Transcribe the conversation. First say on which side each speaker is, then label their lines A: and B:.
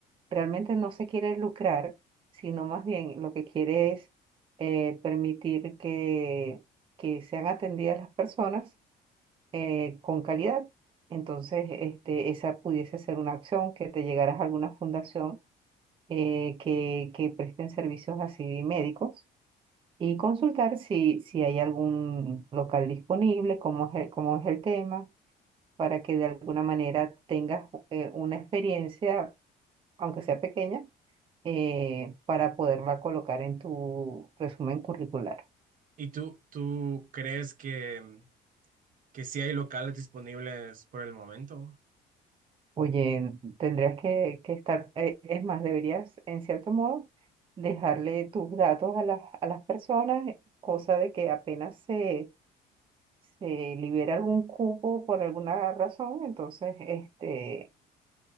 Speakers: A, on the right; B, on the right.
A: realmente no se quiere lucrar, sino más bien lo que quiere es eh, permitir que, que sean atendidas las personas eh, con calidad. Entonces, este, esa pudiese ser una acción, que te llegaras a alguna fundación eh, que, que presten servicios así médicos y consultar si, si hay algún local disponible, cómo es el, cómo es el tema, para que de alguna manera tengas eh, una experiencia, aunque sea pequeña, eh, para poderla colocar en tu resumen curricular.
B: ¿Y tú, tú crees que, que sí hay locales disponibles por el momento?
A: Oye, tendrías que, que estar, eh, es más, deberías, en cierto modo, dejarle tus datos a las, a las personas, cosa de que apenas se, se libera algún cupo por alguna razón, entonces, este,